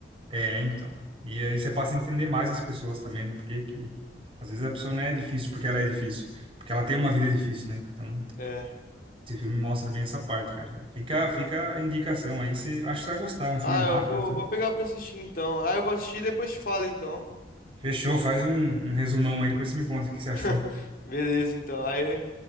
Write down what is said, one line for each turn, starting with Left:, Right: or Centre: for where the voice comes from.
Right: É, então. E aí você passa a entender mais as pessoas também, né? Porque que, às vezes a pessoa não é difícil porque ela é difícil, porque ela tem uma vida difícil, né? Então,
Left: É.
Right: esse filme mostra bem essa parte, cara. Fica,
Left: Entendi.
Right: fica a indicação aí, você, acho que você vai gostar, é um filme
Left: Ah,
Right: rápido,
Left: eu vou,
Right: assim.
Left: vou pegar pra assistir então. Ah, eu vou assistir e depois te falo então.
Right: Fechou, faz um, um resumão aí, depois você me conta o que você achou.
Left: <laughs> Beleza, então. Aí,